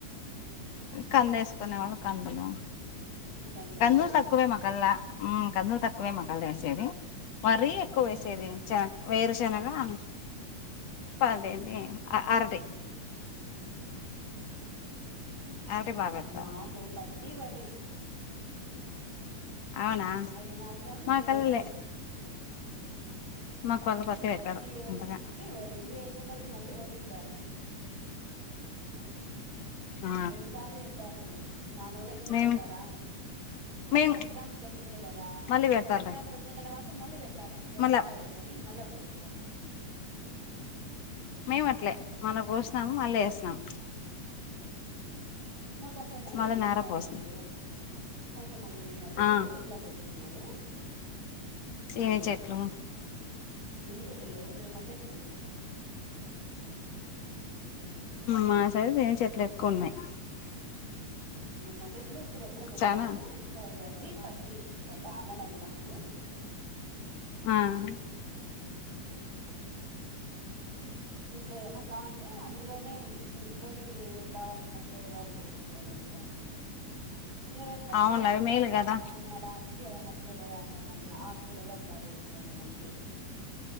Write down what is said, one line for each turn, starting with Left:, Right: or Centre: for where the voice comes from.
Left: కంద వేసుకునే వాళ్ళు కందులు
Right: ఇంకంతేనా
Left: కందులు తక్కువే మాకల్లా కందులు తక్కువే మాక్కళ వేసేది మరీ ఎక్కువ వేసేది చ వేరుశనగా <unintelligible> అరటి అరటి బాగా పెడతారు
Right: మాకు తీవది
Left: అవునా
Right: అవి మాత్రం
Left: మాకల్లలే
Right: సీజనే
Left: మాకు కొళ్ళ <unintelligible>
Right: పత్తి
Left: పెట్టారు అంతగ
Right: <unintelligible>
Left: ఆ
Right: రెండు సార్లు పెడతారు మామూలుగ ఇప్పుడు
Left: మేము
Right: పెడతార మళ్ళీ
Left: మేము
Right: సంక్రాంతికి వస్తుంది కదా
Left: మళ్ళీ పెడతారులే
Right: సంక్రాంతికి వచ్చి వచ్చిన తర్వాత మళ్ళీ పెడతారు ఎండగారు
Left: మళ్ళా
Right: వర అని మళ్ళీ అప్పుడు పెడతరు
Left: మేము అట్లే మన కోస్నం మళ్ళీ వేస్తున్నాం
Right: ఇంక కొంచంమంది
Left: మళ్ళ నార
Right: నిమ్మ
Left: పోసం
Right: చెట్లో కొంచెమంది నిమ్మ చెట్లు
Left: ఆ
Right: ఇట్లా పెట్టుకున్నారు
Left: సీని
Right: ఇప్పుడు
Left: చెట్లు
Right: చిన్న చెట్ లేవు <unintelligible> మధ్య అట్లు ఉన్నాయి
Left: మా సైడు నిమ్మ చెట్లు ఎక్కువ ఉన్నాయి
Right: నిమ్మ చెట్లు ఇప్పుడు ఎక్కువ పెట్టినారు
Left: చానా
Right: ఇంకా వర్రి పత్తి ఇంకా కామన్ అవి మాకు
Left: ఉమ్మ్
Right: ఉమ్మ్ ఇంకేదన్నా కా అంటే అందులోనే ఇం ఇంట్లోకి కావల్సిన కూరగాయలు వేసుకోవడం ఇంకా లేదంటే అమ్ముకోడానికి
Left: అవునులే అవి మేలు
Right: ఏదన్నా
Left: కదా
Right: అమ్మడాని ఏదన్నా కూరగా ఇట్లా ఆకూరలు అట్లావి ఏసుకోవడం ఇంగ అంతే